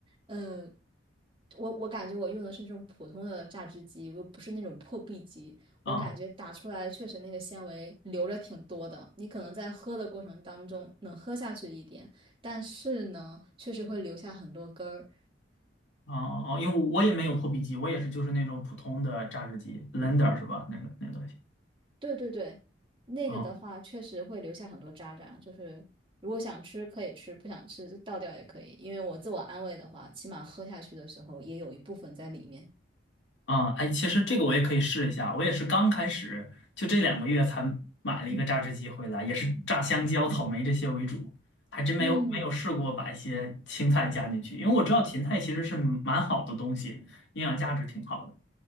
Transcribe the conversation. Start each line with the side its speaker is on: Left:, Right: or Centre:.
Right: 嗯，我我感觉我用的是这种普通的榨汁机，又不是那种破壁机。我感觉打出来确实那个纤维留着挺多的，
Left: 啊、
Right: 你可能在喝的过程当中能喝下去一点，但是呢，确实会留下很多根儿。
Left: 哦哦，因为我也没有破壁机，我也是就是那种普通的榨汁机 l e n d e r 是吧？那个那个东西。
Right: 对对对，那个的话确实会留下很多渣渣，
Left: 啊
Right: 就是如果想吃可以吃，不想吃就倒掉也可以。因为我自我安慰的话，起码喝下去的时候也有一部分在里面。
Left: 啊，哎，其实这个我也可以试一下，我也是刚开始，就这两个月才买了一个榨汁机回来，也是榨香蕉、草莓这些为主，还真没有没有试过把一些青菜加进去，
Right: 嗯。
Left: 因为我知道芹菜其实是蛮好的东西，营养价值挺好的。